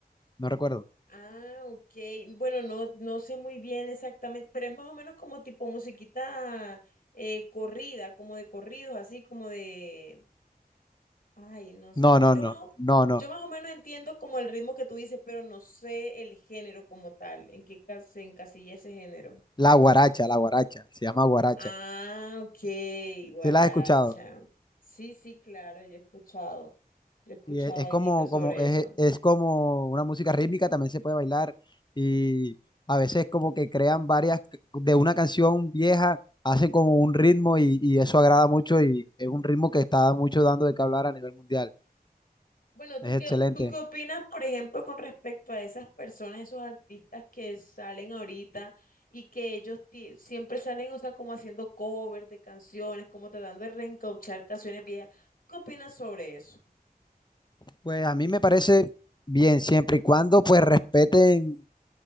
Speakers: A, on the left (about 30°); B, on the left (about 65°).
A: No recuerdo.
B: Ah, ok. Bueno, no, no sé muy bien exactamente, pero es más o menos como tipo musiquita eh, corrida, como de corridos, así como de... Ay, no s-
A: No, no,
B: Yo
A: no,
B: más o,
A: no, no.
B: yo más o menos entiendo como el ritmo que tú dices, pero no sé el género como tal, en qué ca- se encasilla ese género.
A: La guaracha, la guaracha, se llama guaracha.
B: Ah, ok, guaracha.
A: ¿Sí la has escuchado?
B: Sí, sí, claro, yo he escuchado, yo he escuchado
A: Y es, es
B: algo
A: como,
B: sobre
A: como, es,
B: eso.
A: es como una música rítmica, también se puede bailar. Y a veces como que crean varias, c- de una canción vieja, hacen como un ritmo y, y eso agrada mucho y es un ritmo que está mucho dando de qué hablar a nivel mundial.
B: Bueno,
A: Es
B: ¿tú qué,
A: excelente.
B: tú qué opinas, por ejemplo, con respecto a esas personas, esos artistas que salen ahorita y que ellos ti- siempre salen, o sea, como haciendo covers de canciones, como tratando de reencauchar canciones viejas? ¿Qué opinas sobre eso?
A: Pues a mí me parece bien, siempre y cuando pues respeten,